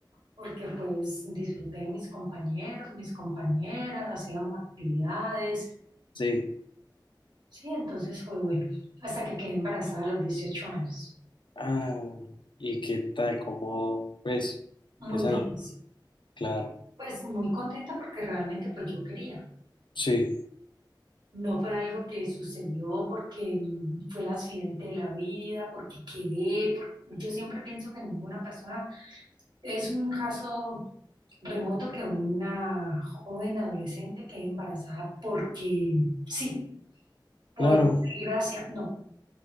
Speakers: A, on the right; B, on the left.
A: porque pues disfruté de mis compañeros, mis compañeras, hacíamos actividades,
B: sí.
A: sí, entonces fue bueno, hasta que quedé embarazada a los 18 años,
B: Ah, ¿y qué tal? ¿Cómo, pues,
A: muy
B: esa
A: difícil,
B: no? Claro,
A: pues muy contenta porque realmente pues yo quería,
B: sí,
A: no fue algo que sucedió porque mm, fue el accidente de la vida, porque quedé, por- yo siempre pienso que ninguna persona es un caso remoto que una joven adolescente quede embarazada porque sí. por
B: claro,
A: gracia, no.